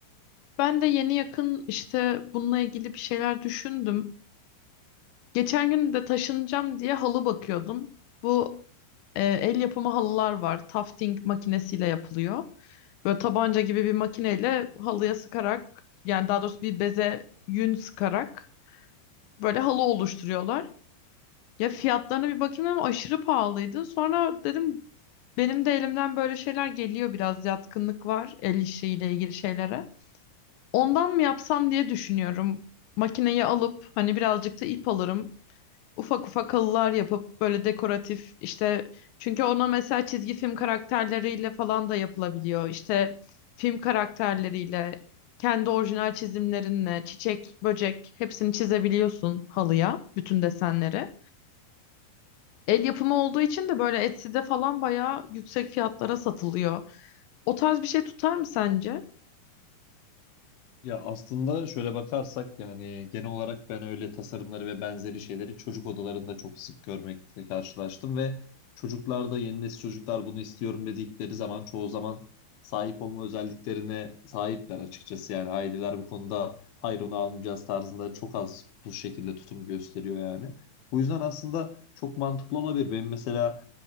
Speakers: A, on the left; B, on the left.
A: Ben de yeni yakın işte bununla ilgili bir şeyler düşündüm. Geçen gün de taşınacağım diye halı bakıyordum. Bu e, el yapımı halılar var. Tufting makinesiyle yapılıyor. Böyle tabanca gibi bir makineyle halıya sıkarak yani daha doğrusu bir beze yün sıkarak böyle halı oluşturuyorlar. Ya fiyatlarına bir bakayım ama aşırı pahalıydı. Sonra dedim benim de elimden böyle şeyler geliyor biraz yatkınlık var el işiyle ilgili şeylere. Ondan mı yapsam diye düşünüyorum. Makineyi alıp hani birazcık da ip alırım ufak ufak halılar yapıp böyle dekoratif işte çünkü ona mesela çizgi film karakterleriyle falan da yapılabiliyor. İşte film karakterleriyle kendi orijinal çizimlerinle çiçek, böcek hepsini çizebiliyorsun halıya bütün desenleri. El yapımı olduğu için de böyle Etsy'de falan bayağı yüksek fiyatlara satılıyor. O tarz bir şey tutar mı sence?
B: Ya aslında şöyle bakarsak yani genel olarak ben öyle tasarımları ve benzeri şeyleri çocuk odalarında çok sık görmekle karşılaştım ve çocuklarda yeni nesil çocuklar bunu istiyorum dedikleri zaman çoğu zaman sahip olma özelliklerine sahipler açıkçası. Yani aileler bu konuda hayır onu almayacağız tarzında çok az bu şekilde tutum gösteriyor yani. Bu yüzden aslında çok mantıklı olabilir. Benim mesela